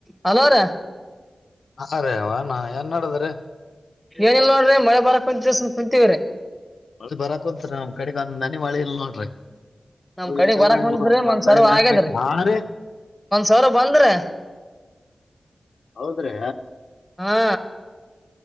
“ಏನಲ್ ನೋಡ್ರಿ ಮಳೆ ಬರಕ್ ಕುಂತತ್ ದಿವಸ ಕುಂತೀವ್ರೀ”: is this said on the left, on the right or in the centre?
Centre